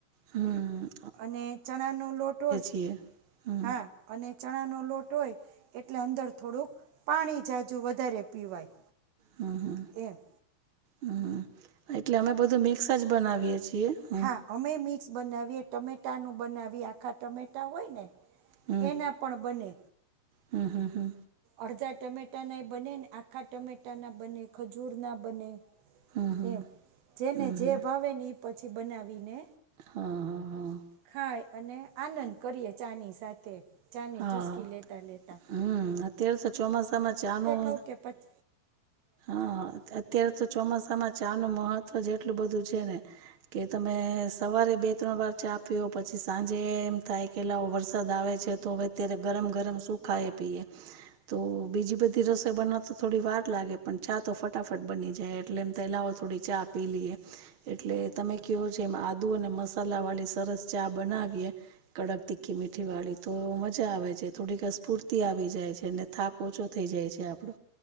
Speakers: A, on the right; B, on the right.
A: હમ
B: અને ચણા નો લોટ હોય.
A: એ હ
B: હા અને ચણા નો લોટ હોય એટલે અંદર થોડુંક પાણી જાજુ વધારે પીવાય.
A: હમ હમ
B: એમ
A: હમ એટલે અમે બધું મિક્સ જ બનાવીય છીએ હમ.
B: હા અમે મિક્સ બનાવીએ ટમેટાનું બનાવીએ આખા ટમેટા હોય ને.
A: હમ
B: એના પણ બને.
A: હમ હમ હમ
B: અડધા ટમેટા ના એ બને ને આખા ટમેટા ના બને ખજૂર ના બને.
A: હમ હમ
B: એમ જેને
A: હમ
B: જે
A: હમ
B: ભાવે ને એ પછી બનાવી ને
A: હા હા હા
B: ખાય અને આનંદ કરીએ ચાની સાથે ચાની
A: હા
B: ચૂસકી લેતાં લેતાં.
A: હમ અત્યારે તો ચોમાસામાં ચાનું
B: ખાવ કે પચ
A: હા અત્યારે તો ચોમાસામાં ચા નું મહત્વ જેટલું બધું છે ને કે તમે સવારે બે ત્રણ વાર ચા પીઓ પછી સાંજે એમ થાય કે લાવો વરસાદ આવે છે. તો હવે ત્યારે ગરમ ગરમ શું ખાઈએ પીએ. તો બીજી બધી રસોઈ બનાવવા તો થોડી વાર લાગે પણ ચા તો ફટાફટ બની જાય એટલે એમ તોલાવ થોડી ચા પી લઈએ. એટલે તમે કેવો છે એમાં આદુ અને મસાલા વાળી સરસ ચા બનાવીએ. કડક તીખી મીઠી વાળી તો એ મજા આવે છે થોડીક અ સ્ફૂર્તિ આવી જાય છે અને થાક ઓછો થઇ જાય છે આપડો